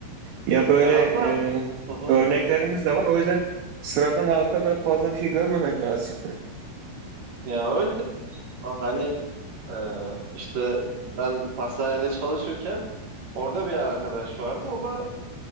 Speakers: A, on the right; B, on the right.
A: Ya böyle
B: Ya hatta
A: e,
B: hı hı.
A: örneklerimiz de var o yüzden sıradan halka da fazla bir şey görmemek lazım.
B: ya öyle hani e, işte ben pastanede çalışırken Orada bir arkadaş vardı. O da